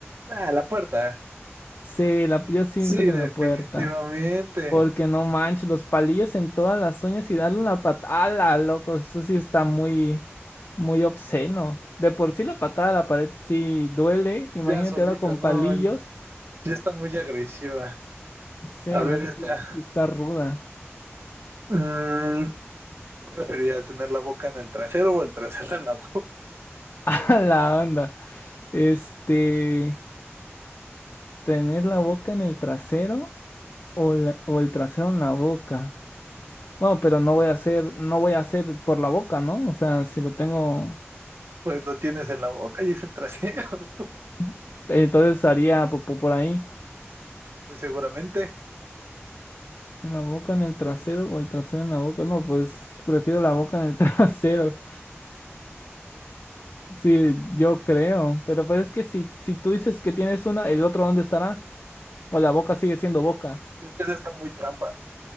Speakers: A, on the right; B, on the left.
A: Ah, la puerta.
B: Sí, la, yo siento
A: Sí,
B: que
A: definitivamente.
B: en la puerta. Porque no manches, los palillos en todas las uñas y darle una patada, loco. Eso sí está muy, muy obsceno. De por sí la patada a la pared sí duele. Imagínate
A: Ya solita,
B: ahora con
A: no.
B: palillos.
A: el- Ya está muy agresiva.
B: Sí,
A: A ver,
B: no sé
A: esta.
B: si si está ruda.
A: Mm, ¿qué preferiría tener la boca en el trasero o el trasero en la boca?
B: <laughs> La onda. Este, tener la boca en el trasero o, la- o el trasero en la boca. Bueno, pero no voy a hacer, no voy a hacer por la boca, ¿no? O sea, si lo tengo,
A: Pues lo tienes en la boca y es el trasero, <laughs>
B: <laughs> entonces haría popó por ahí.
A: pues seguramente.
B: ¿En la boca, en el trasero o el trasero en la boca? No, pues prefiero la boca en el <laughs> trasero. Sí, yo creo. Pero pues es que si, si tú dices que tienes una, ¿el otro dónde estará? O la boca sigue siendo boca.
A: Creo que esa está muy trampa.